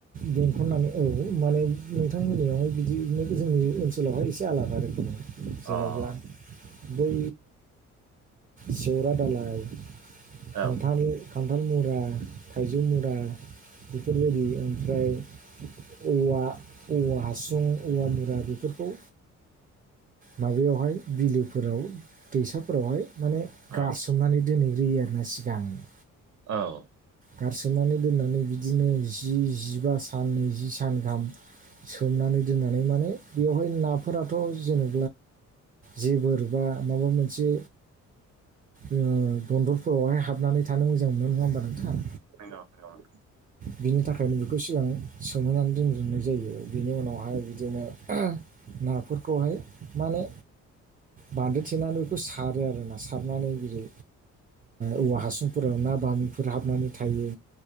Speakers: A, on the right (about 30°); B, on the right (about 75°).
A: बेंखननानै औ माने नोंथांमोननियावहाय बिदि जोंनि ओनसोल स्कुलावहाय एसे आलादा रोखोम
B: अ
A: जेन'ब्ला बै सेवरा दालाय खान्थाल
B: औ
A: खान्थाल मुरा थाइजौ मुरा बेफोरबायदि ओमफ्राय औवा औवा हासुं औवा मुरा बेफोरखौ माबायावहाय बिलो फोराव दैसाफोरावहाय माने
B: औ
A: गारसोमनानै दोनहैग्रोयो आरोना सिगांनो
B: औ
A: गारसोमनानै दोननानै बिदिनो जि जिबा सान नैजि सान गाहाम सोमनानै दोननानै माने बेवहाय नाफोराथ' जेने जेबो बा माबा मोनसे ओ दनदरफोरावहाय हाब हाबनानै थानो मोजां मोनो नङा होमबा नोंथाङां
B: नंगौ नंगौ
A: बिनि थाखायनो बेखौ सिगां सोमोनानै दोनजोबनाय जायो बिनि उनावहाय बिदिनो नाफोरखौहाय माने बान्दो थेनानै बेखौ सारो आरो ना सारनानै जेरै औवा हासुं फोराव ना बामिफोर हाबनानै थायो